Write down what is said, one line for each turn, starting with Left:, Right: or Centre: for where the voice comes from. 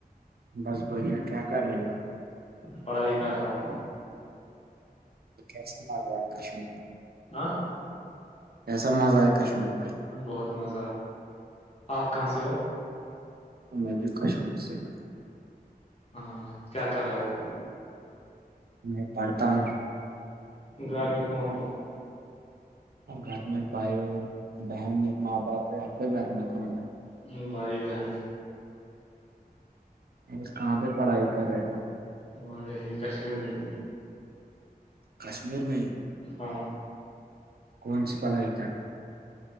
Right: بس بڑھیا کیا کر رہے ہو
Left: پڑھائی کر رہا ہوں
Right: تو کیسا مزہ آیا کشمیر میں
Left: ہاں
Right: کیسا مزہ ہے کشمیر میں
Left: بہت مزہ آپ کہاں سے ہو
Right: میں بھی کشمیر سے ہوں
Left: ہاں کیا کر رہے ہو
Right: میں پڑھتا ہوں
Left: گھر میں کون کون ہے
Right: وہ گھر میں بائی ہو بہن ہے ماں باپ ہے ا جھرم کو
Left: ہے؟ بھائی بہن
Right: س کہاں پہ پڑھائی کر رہے ہو
Left: اور یہی کشمیر میں ہی
Right: کشمیر میں ہی
Left: ہاں
Right: کون سی پڑائی